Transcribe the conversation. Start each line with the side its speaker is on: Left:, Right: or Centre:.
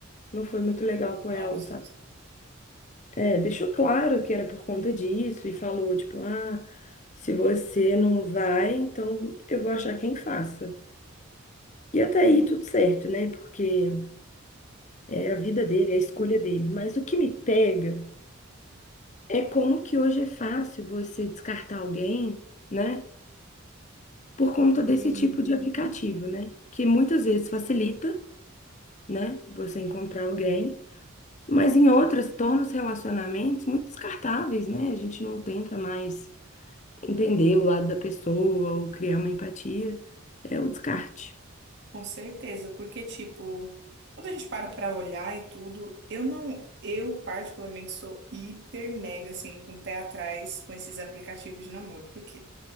Left: Não foi muito legal com
Right: Nossa,
Left: ela, sabe? É, deixou claro que era por conta disso e falou, tipo, ah, se você não vai, então eu vou achar quem faça. E até aí tudo certo, né? Porque é a vida dele, é a escolha dele. Mas o que me pega É como que hoje é fácil você descartar alguém, né? Por conta desse
Right: Uhum.
Left: tipo de aplicativo, né? Que muitas vezes facilita, né? Você encontrar alguém, mas em outras torna os relacionamentos muito descartáveis, né? A gente não tenta mais entender o lado da pessoa ou criar uma empatia. É o descarte.
Right: com certeza, porque tipo, quando a gente para pra olhar e tudo, eu não, eu particularmente sou hiper mega assim, com o pé atrás com esses aplicativos de namoro, por quê